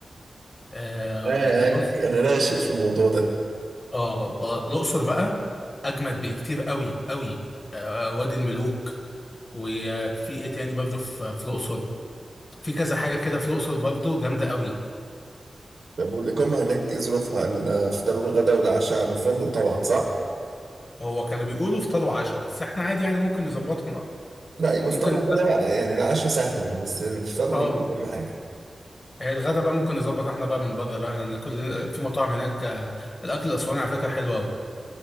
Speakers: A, on the left; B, on the right.
A: آه
B: معاك
A: بص
B: أنا راشق في الموضوع ده
A: اه آه، الأقصر بقى أجمد بكتير قوي قوي آه وادي الملوك وفي إيه تاني برضه في في الأقصر في كذا حاجة كده في الأقصر برضه جامدة قوي
B: طب والإقامة هناك إيه ظروفها؟ الفطار والغدا والعشاء على الفندق طبعا صح؟
A: هو كانوا بيقولوا فطار وعشاء بس احنا عادي يعني ممكن نظبطها
B: لا يبقى
A: ممكن
B: فطار وغدا بقى يعني العشاء سهل بس الفطار والغدا
A: اه
B: أهم حاجة
A: هي الغدا بقى ممكن نظبط احنا بقى من بره بقى ناكل في مطاعم هناك آه، الأكل الأسواني على فكرة حلو قوي